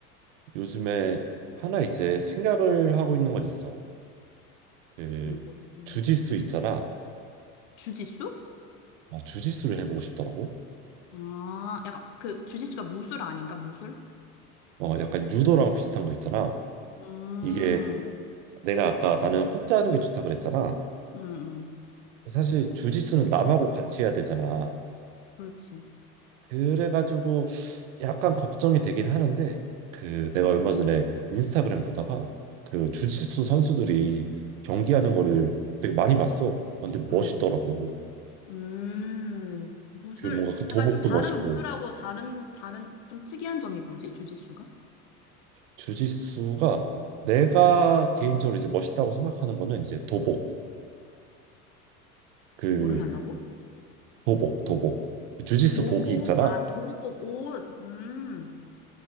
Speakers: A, on the right (about 55°); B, on the left (about 50°).
A: 요즘에 하나 이제 생각을 하고 있는 건 있어. 그
B: 음, 뭐, 음,
A: 주짓수 있잖아.
B: 주짓수?
A: 어, 주짓수를 해보고 싶더라고.
B: 아, 약간 그 주짓수가 무술 아닌가? 무술?
A: 어, 약간 유도랑 비슷한 거 있잖아.
B: 음,
A: 이게 내가 아까 나는 혼자 하는 게 좋다 그랬잖아.
B: 음, 음,
A: 사실 주짓수는 남하고 같이 해야 되잖아.
B: 그렇지.
A: 그래가지고 약간 걱정이 되긴 하는데 그 내가 얼마 전에 인스타그램 보다가 그 주짓수 선수들이 경기하는 거를 되게 많이 봤어. 아, 근데 멋있더라고.
B: 음, 음, 무술.
A: 그 뭔가 그 도복도
B: 약간 좀 다른
A: 멋있고
B: 무술하고 다른, 다른, 좀 특이한 점이 뭐지? 주짓수가?
A: 주짓수가 내가 개인적으로 이제 멋있다고 생각하는 거는 이제 도복 그
B: 뭐를 한다고?
A: 도복 도복 그 주짓수
B: 도복,
A: 복이 있잖아.
B: 아, 도복, 옷, 음,